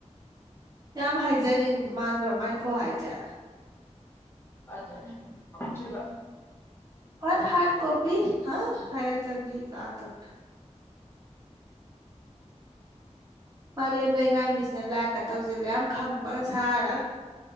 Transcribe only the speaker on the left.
ꯑꯗꯨ ꯑꯗꯨꯅꯦ ꯍꯧꯆꯣꯏꯕ